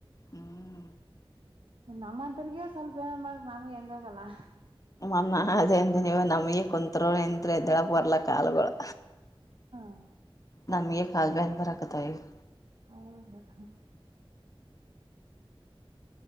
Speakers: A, on the left; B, on the right.
A: ಹ್ಮ್
B: ನಮ್ಮಂತೊರಿಗೆ ಸ್ವಲ್ಪ ಏನ ಮಾಡಿರ್ ನಮ್ಗೆ ಹೆಂಗಾಗಲ್ಲಾ
A: ಮನ್ ನಾ ಅದೆ ಅಂದ ಏನ್ ಯವಾ ನಮಗೆ ಕುಂತ್ರು ನಿಂತ್ರೂ ಎದ್ದಳಕ್ ಬರ್ಲ್ಲ ಕಾಲಗೋಳ್
B: ಹ್ಮ್
A: ನಮ್ಗೆ ಕಾಲ್ ಭ್ಯಾನ್ ಬರಕತಾವ್ ಇಗ್
B: ಹ್ಮ ಹ ಹ